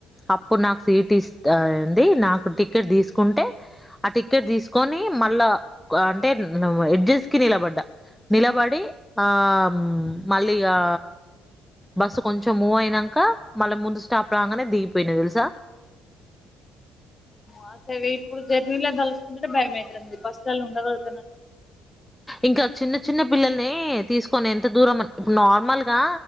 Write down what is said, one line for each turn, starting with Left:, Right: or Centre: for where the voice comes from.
Centre: అప్పుడు నాకు సీట్ ఇస్తంది నాకు టికెట్ తీసుకుంటే ఆ టికెట్ తీసుకు కొని మళ్ళా అంటే ఎడ్జెస్ కి నిలబడ్డ నిలబడి ఆ మళ్ళీ ఆ బస్సు కొంచెం మూవ్ అయినాక మళ్ళీ ముందు స్టాప్ రాగానే దిగిపోయినా తెలుసా
Left: ఆ సరే ఇప్పుడు జర్నీలో తలుచుకుంటంటే భయమైతుంది బస్సుల ఉండగలుగుతాన
Centre: ఇంకా చిన్న చిన్న పిల్లల్ని తీసుకొని ఎంత దూరం అని ఇప్పుడు నార్మల్ గా